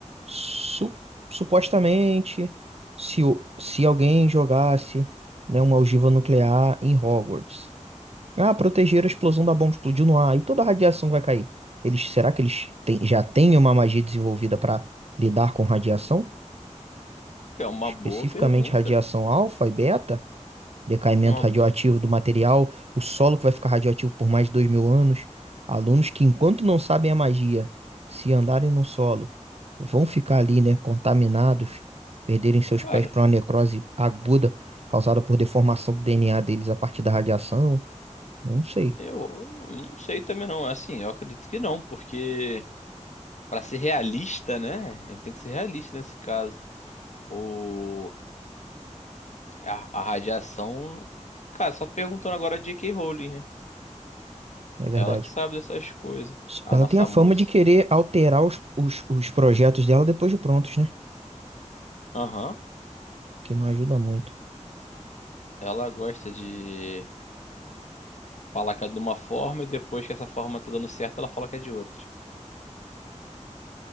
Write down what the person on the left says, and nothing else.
É uma
boa pergunta.
É uma-
Cara,
eu não sei também não. Assim, eu acredito que não, porque pra ser realista, né? A gente tem que ser realista nesse caso. O... A, a radiação. Cara, só perguntando agora a J.K. Rowling, né?
Ela que sabe dessas coisas.
A
nossa
musa.
Aham.
Ela gosta de. fala que é de uma forma e depois que essa forma tá dando certo, ela fala que é de outra.